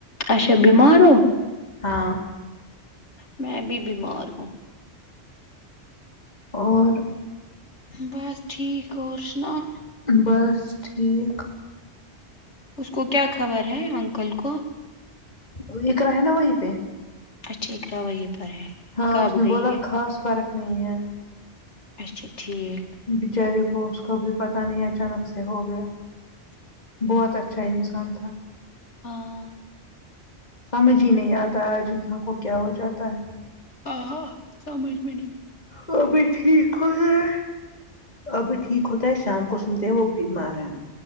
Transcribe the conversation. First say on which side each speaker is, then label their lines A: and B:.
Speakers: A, on the left (about 85°); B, on the left (about 40°).
A: اچھا بیمار ہو
B: ہاں
A: میں بھی بیمار ہوں
B: اور
A: بس ٹھیک اور سناؤ
B: بس ٹھیک
A: اس کو کیا خبر ہے انکل کو
B: وہ اقرا ہے نا وہیں پہ
A: اچھی اقرا وہی پر ہے
B: ہاں
A: کب
B: اس نے
A: گئی
B: بولا
A: ہے
B: خاص فرق نہیں ہے
A: اچھا ٹھیک
B: بچارے کو اس کا بھی پتہ نہیں اچانک سے ہو گیا بہت اچھا انسان تھا
A: ہاں
B: سمجھ ہی نہیں آتا جنساں کو کیا ہو جاتا ہے
A: آ سمجھ میں نہیں
B: اور بھی ٹھیک ہوئے ہیں ابی ٹھیک ہوتا ہے شام کو سنتے ہیں وہ بیمار ہے